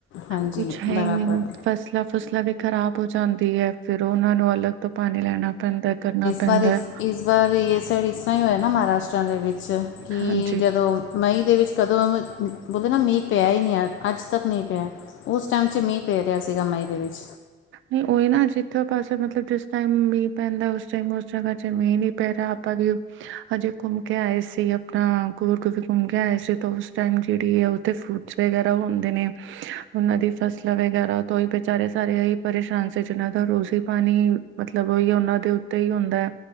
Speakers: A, on the left; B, on the right.
A: ਹਾਂਜੀ
B: ਕੁਛ ਹੈ
A: ਬਰਾਬਰ
B: ਹੀ ਨੀ ਫਸਲ ਫਸਲਾਂ ਵੀ ਖਰਾਬ ਹੋ ਜਾਂਦੀ ਏ, ਫੇਰ ਓਨਾਂ ਨੂੰ ਅਲੱਗ ਤੋਂ ਪਾਣੀ ਲੈਣਾ ਪੈਂਦਾ ਕਰਨਾ ਪੈਂਦਾ
A: ਪਰ ਇਸ
B: ਹੈ।
A: ਇਸ ਵਾਰ ਇਸ ਸਾਈਡ ਇਸ ਤਰ੍ਹਾਂ ਹੀ ਹੋਇਆ ਨਾ ਮਹਾਰਾਸ਼ਟਰਾਂ ਦੇ ਵਿੱਚ ਕਿ
B: ਹਾਂਜੀ
A: ਜਦੋਂ ਮਈ ਦੇ ਵਿੱਚ ਕਦੋਂ ਬੋਲਦੇ ਨਾ ਮੀਂਹ ਪਿਆ ਹੀ ਨਈਂ, ਆ ਅੱਜ ਤੱਕ ਨੀਂ ਪੇਆ। ਉਸ ਟਾਈਮ ਚ ਮੀਂਹ ਪੈ ਰੇਆ ਸੀਗਾ, ਮਈ ਦੇ ਵਿੱਚ।
B: ਨੀਂ ਓਹੀ ਨਾ ਜਿੱਥੇ ਪਾਸੇ ਮਤਲਬ ਜਿਸ ਟੈਮ ਮੀਂਹ ਪੈਂਦਾ, ਉਸ ਟਾਈਮ ਉਸ ਜਗ੍ਹਾ ਚ ਮੀਂਹ ਨੀਂ ਪੈਰਾ ਆਪਾਂ ਵੀ ਹਜੇ ਘੁੰਮ ਕੇ ਆਏ ਸੀ, ਅਪਣਾ ਗੁਰਕੀ ਘੁੰਮ ਕੇ ਆਏ ਸੀ ਤਾਂ ਉਸ ਟਾਈਮ ਜੇੜੀ ਆ ਉਥੇ ਫਰੂਟਸ ਵਗੈਰਾ ਹੁੰਦੇ ਨੇ ਉਂਨਾਂ ਦੀ ਫਸਲਾਂ ਵਗੈਰਾ ਤੋਂ ਹੀ ਬੇਚਾਰੇ ਸਾਰੇ ਹੀ ਪਰੇਸ਼ਾਨ ਸੀ ਜਿਨਾਂ ਦਾ ਰੋਜ਼ੀ ਪਾਣੀ ਮਤਲਬ ਹੀ ਉਨਾਂ ਦੇ ਉੱਤੇ ਹੀ ਹੁੰਦੈ